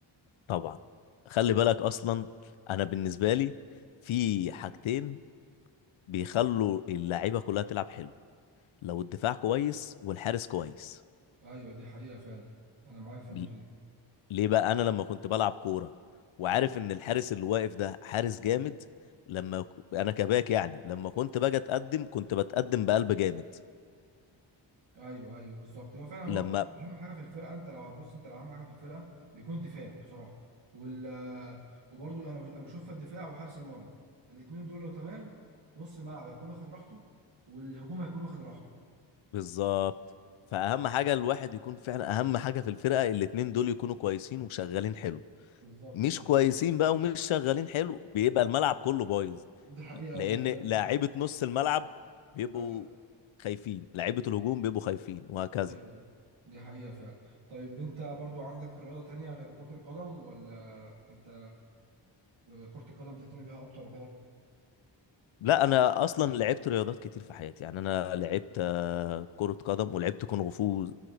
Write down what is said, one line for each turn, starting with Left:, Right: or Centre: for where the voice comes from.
Left: طبعا خلي بالك اصلا انا بالنسبه لي في حاجتين بيخلوا اللعيبه كلها تلعب حلو لو الدفاع كويس والحارس كويس
Right: ايوه دي حقيقه فعلا انا معاك في النقطه
Left: ل- ليه بقى انا لما كنت بلعب كوره وعارف
Right: دي
Left: ان الحارس اللي واقف ده حارس جامد لما ك- انا كباك يعني لما كنت باجي اتقدم كنت بتقدم بقلب جامد
Right: ايوه ايوه بالظبط هو فعلا هو
Left: لما
Right: اهم حاجه في الفرقه انت لو هتبص انت لو اهم حاجه في الفرقه بيكون الدفاع بصراحه وال وبرضه انا بش- أنا بشوف الدفاع وحارس المرمى الاثنين دول لو تمام نص الملعب هيكون واخد راحته والهجوم هيكون واخد راحته
Left: بالظبط فاهم حاجه الواحد يكون فعلا اهم حاجه في الفرقه الاتنين دول يكونوا كويسين وشغالين حلو
Right: بالظبط
Left: مش
Right: دي حقيقة
Left: كويسين بقى ومش شغالين حلو بيبقى الملعب كله بايظ
Right: دي حقيقة
Left: لان
Right: والله فعلا
Left: لاعيبه
Right: معاك.
Left: نص الملعب بيبقوا
Right: ايوه
Left: خايفين لاعيبه الهجوم بيبقوا خايفين وهكذا
Right: ايوه أيوة. دي حقيقة فعلا طيب انت برضو عندك رياضة تانية غير كرة القدم ولا انت كرة القدم تهتم بيها اكتر وكده
Left: لا انا اصلا لعبت رياضات كتير في حياتي يعني انا لعبت آه، كرة قدم ولعبت كونغ فو